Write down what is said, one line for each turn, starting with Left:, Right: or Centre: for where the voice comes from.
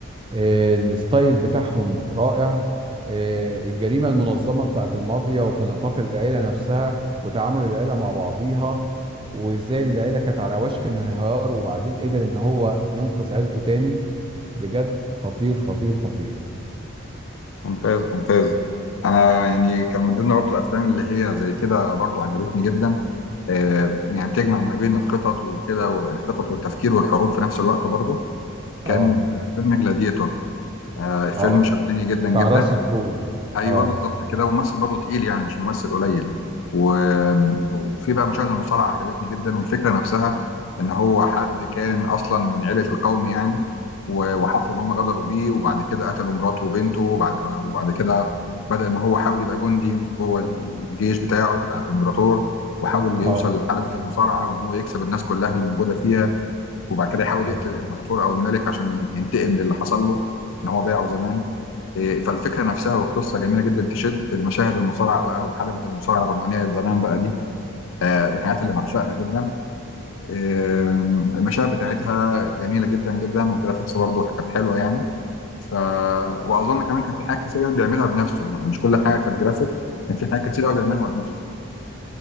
Right: آه، الستايل بتاعهم رائع آه، الجريمة المنظمة بتاعت المافيا وفي نطاق العيلة نفسها وتعامل العيلة مع بعضيها وازاي العيلة كانت على وشك الانهيار وبعدين قدر ان هو ينقذ عيلته تاني بجد خطير خطير خطير
Left: ممتاز ممتاز انا يعني كان من ضمن برضو الافلام اللي هي زي كده برضو عجبتني جدا آه، يعني بتجمع ما بين الخطط وكده والخطط والتفكير والحروب في نفس الوقت برضو كان
Right: اه
Left: فيلم جلاديتور آه، الفيلم
Right: اه
Left: شدني جدا جدا
Right: بتاع راس كرول
Left: ايوه
Right: اه
Left: بالظبط كده وممثل برضه تقيل يعني مش ممثل قليل و- وفي بقى مشاهد المصارعه عجبتني جدا والفكره نفسها ان هو حد كان اصلا من عيله القوم يعني و- وحصل ان هم غدروا بيه وبعد كده قتلوا مراته وبنته وبعد, وبعد كده بدا ان هو حاول يبقى جندي جوه الجيش بتاعه بتاع الامبراطور وحاول يوصل
Right: اه
Left: لحلبة المصارعة وان هو يكسب الناس كلها اللي موجودة فيها وبعد كده يحاول يقتل
Right: ايوه
Left: الامبراطور او الملك عشان ينتقم للي حصل له ان هو باعه زمان إيه، فالفكره نفسها والقصه جميله جدا تشد المشاهد المصارعه بقى وحلبه المصارعه الرومانيه زمان بقى دي آه، من الحاجات اللي بعشقها جدا آه، المشاهد بتاعتها جميله جدا جدا والجرافيكس برضه كانت حلوه يعني ف واظن كمان كان في حاجات كتير بيعملها بنفسه يعني مش كل حاجه كانت جرافيك كان في حاجات كتير قوي بيعملها بنفسه